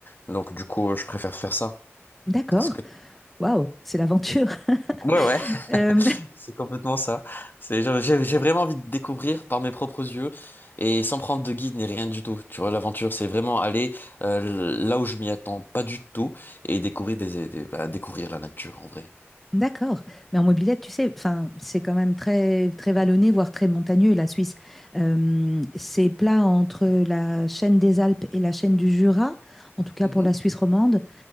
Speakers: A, on the left; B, in the centre.
A: donc du coup je préfère faire ça
B: D'accord.
A: est-ce que
B: Waouh, c'est l'aventure. <laughs>
A: ouais ouais
B: Euh,
A: C'est complètement ça. C'est, genre, j'ai, j'ai vraiment envie de découvrir par mes propres yeux et sans prendre de guide ni rien du tout. Tu vois, l'aventure, c'est vraiment aller euh, là où je m'y attends pas du tout et découvrir des, des- bah, découvrir la nature en vrai.
B: D'accord. Mais en mobilette, tu sais, enfin, c'est quand même très, très vallonné, voire très montagneux, la Suisse. Euh, c'est plat entre la chaîne des Alpes et la chaîne du Jura, en tout cas
A: Mhm.
B: pour la Suisse romande.